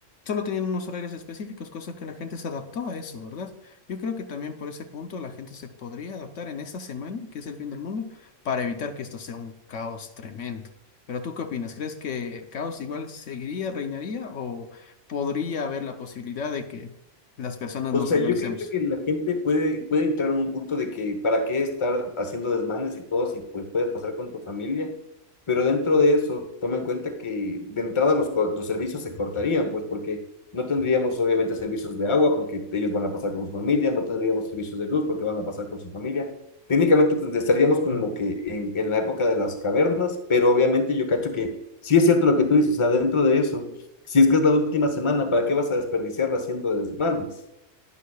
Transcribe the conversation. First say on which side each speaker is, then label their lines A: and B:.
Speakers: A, on the left; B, on the left.
A: solo tenían unos horarios específicos, cosa que la gente se adaptó a eso, ¿verdad? Yo creo que también por ese punto la gente se podría adaptar en esta semana, que es el fin del mundo, para evitar que esto sea un caos tremendo. Pero ¿tú qué opinas? ¿Crees que el caos igual seguiría, reinaría o podría haber la posibilidad de que las personas nos
B: O sea,
A: organicemos?
B: yo creo que la gente puede, puede entrar en un punto de que para qué estar haciendo desmanes y todo si pues puedes pasar con tu familia, pero dentro de eso, toma en cuenta que de entrada los, co- los servicios se cortarían, pues porque no tendríamos obviamente servicios de agua porque ellos van a pasar con su familia, no tendríamos servicios de luz porque van a pasar con su familia. Técnicamente tend- estaríamos como
A: Mm.
B: que en, en la época de las cavernas, pero obviamente yo cacho que sí es cierto lo que tú dices, o sea, dentro de eso, si es que es la última semana, ¿para qué vas a desperdiciarla haciendo desmanes?